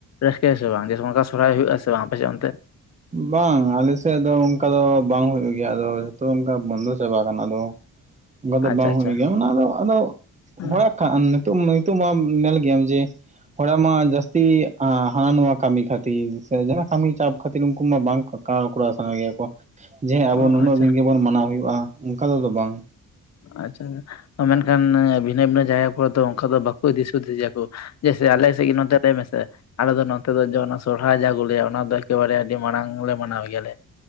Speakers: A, on the left; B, on the right.
A: ᱨᱟᱹᱥᱠᱟᱹᱭᱟ ᱥᱮ ᱵᱟᱝ ᱡᱮ ᱚᱱᱠᱟ ᱥᱚᱨᱦᱟᱭ ᱦᱩᱭᱩᱜᱼᱟ ᱥᱮ ᱵᱟᱝ ᱟᱯᱮᱥᱮᱜ ᱚᱱᱛᱮ?
B: ᱵᱟᱝ ᱟᱞᱮ ᱥᱮᱫ ᱫᱚ ᱚᱱᱠᱟ ᱫᱚ ᱵᱟᱝ ᱦᱩᱭᱩᱜ ᱜᱮᱭᱟ ᱟᱫᱚ ᱡᱷᱚᱛᱚ ᱚᱱᱠᱟ ᱵᱚᱱᱫᱚ ᱪᱟᱵᱟ ᱠᱟᱱᱟ ᱟᱫᱚ ᱚᱝᱠᱟ ᱫᱚ
A: ᱟᱪᱪᱷᱟ
B: ᱵᱟᱝ
A: ᱟᱪᱪᱷᱟ
B: ᱦᱩᱭᱩᱜ ᱜᱮᱭᱟ ᱚᱱᱟᱫᱚ ᱟᱫᱚ
A: ᱦᱮᱸ
B: ᱦᱚᱲᱟᱜ ᱠᱟᱜ ᱟᱱ ᱱᱤᱛ ᱱᱤᱛᱚᱜ ᱢᱟ ᱧᱮᱞ ᱜᱮᱭᱟᱢ ᱡᱮ ᱦᱚᱲᱟᱜ ᱢᱟ ᱡᱟᱹᱥᱛᱤ ᱦᱟᱱᱟ ᱱᱚᱣᱟ ᱠᱟᱹᱢᱤ ᱠᱷᱟᱛᱤᱨ ᱥᱮ ᱡᱟᱦᱟᱸ ᱠᱟᱹᱢᱤ ᱪᱟᱯ ᱠᱷᱟᱹᱛᱤᱨ ᱩᱱᱠᱩ ᱢᱟ ᱵᱟᱝ ᱠᱟ ᱠᱩᱲᱟᱣ ᱥᱟᱱᱟ ᱜᱮᱭᱟ ᱠᱚ ᱡᱮᱸ ᱟᱵᱚ
A: ᱚ
B: ᱱᱩᱱᱟᱹᱜ
A: ᱟᱪᱪᱷᱟ
B: ᱫᱤᱱ ᱜᱮᱵᱚᱱ ᱢᱟᱱᱟᱣ ᱦᱩᱭᱩᱜᱼᱟ᱾ ᱚᱝᱠᱟ ᱫᱚ ᱟᱫᱚ ᱵᱟᱝ
A: ᱟᱪᱷᱟ ᱢᱮᱱᱠᱷᱟᱱ ᱵᱷᱤᱱᱟᱹ ᱵᱷᱤᱱᱟᱹ ᱡᱟᱭᱜᱟ ᱠᱚᱨᱮ ᱫᱚ ᱚᱝᱠᱟ ᱫᱚ ᱵᱟᱠᱚ ᱤᱫᱤ ᱥᱫᱭᱟᱹᱠᱩ ᱡᱮ ᱥᱮ ᱟᱞᱮ ᱥᱮᱜ ᱜᱤ ᱱᱚᱛᱮ ᱞᱮ ᱢᱮ ᱥᱮ ᱟᱞᱮ ᱫᱚ ᱱᱚᱛᱮ ᱫᱚ ᱡᱮ ᱚᱱᱟ ᱥᱚᱨᱦᱟᱭ ᱡᱟ ᱠᱩ ᱞᱟᱹᱭᱟ ᱚᱱᱟ ᱫᱚ ᱮᱠᱮᱵᱟᱨᱮ ᱟᱹᱰᱤ ᱢᱟᱲᱟᱝ ᱞᱮ ᱢᱟᱱᱟᱣ ᱜᱮᱭᱟ ᱞᱮ